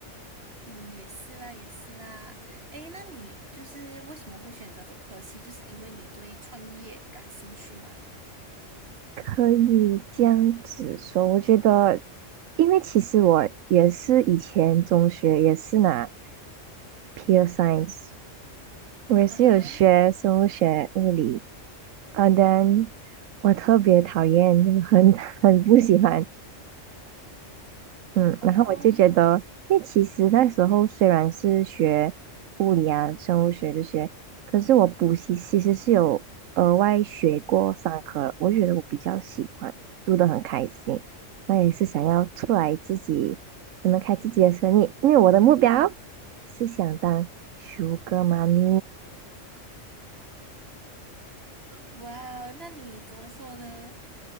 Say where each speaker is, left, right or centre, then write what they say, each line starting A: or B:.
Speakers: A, on the right (about 50°); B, on the right (about 80°).
A: 嗯，也是啦，也是啦。诶，那你就是为什么会选择这科系？就是因为你对创业感兴趣吗？
B: 可以这样子说，我觉得，因为其实我也是以前中学也是拿 pure science，我也是有学生物学、
A: 啊哈，
B: 物理，啊，但我特别讨厌，很 <laughs> 很不喜欢。嗯，
A: 哦，
B: 然后我就觉得，因为其实那时候虽然是学物理啊、生物学这些，可是我补习其实是有额外学过三科，我觉得我比较喜欢，读得很开心。那也是想要出来自己，可能开自己的生意，因为我的目标是想当舒哥妈咪，
A: 哇哦，那你怎么说呢？